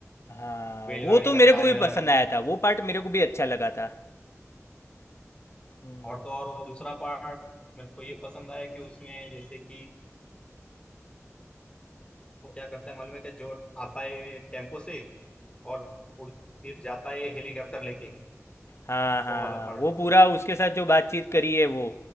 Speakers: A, on the left (about 55°); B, on the left (about 20°).
A: हाँ
B: बैलगाड़ी
A: वो तो
B: का
A: मेरे को
B: टायर
A: भी पसंद आया था वो पार्ट मेरे को भी अच्छा लगा था हम्म,
B: और तो और वो दूसरा पार्ट मेरे को ये पसंद आया कि उसमें जैसे कि वो क्या करता है मालूम है क्या जो आता है टेम्पो से और उड़ फिर जाता है हेलीकॉप्टर लेके
A: हाँ हाँ
B: वो वाला पार्ट
A: वो पूरा उसके साथ जो बातचीत करी है वो